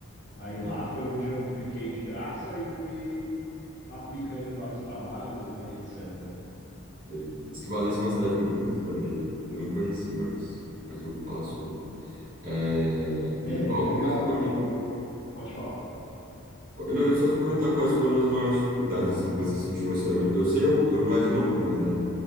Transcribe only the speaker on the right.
uhum.
Sei. Diz que Valência é uma cidade muito bonita também, né? Eu não conheci, mas, mas eu vou falar sobre. É,
E
qual,
quais foram.
Eu não, eu só te perguntar quais foram as maiores dificuldades assim, que você sentiu. Assim, eu, eu sei, eu, eu imagino algumas, né?